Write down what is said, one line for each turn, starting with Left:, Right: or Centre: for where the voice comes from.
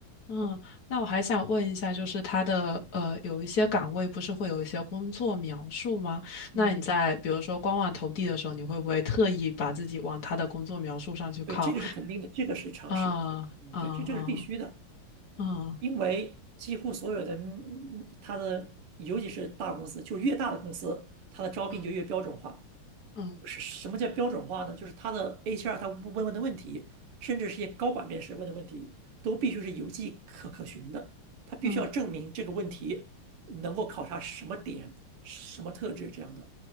Left: 嗯，那我还想问一下，就是他的呃，有一些岗位不是会有一些工作描述吗？
Right: 嗯，
Left: 那你在比如说官网投递的时候，你会不会特意把自己往他的工作描述上去靠？
Right: 对，这个是肯定的，这个是常识。
Left: 啊啊啊
Right: 对，这这个是必须的，
Left: 啊
Right: 因为几乎所有的嗯它的，尤其是大公司，就越大的公司，它的招聘就越标准化。
Left: 嗯嗯
Right: 是什么叫标准化呢？就是它的 HR 他问问的问题，甚至是一些高管面试问的问题，都必须是有迹可可循的。他必须要证明这个问题能够考察什么点、
Left: 嗯
Right: 什么特质这样的。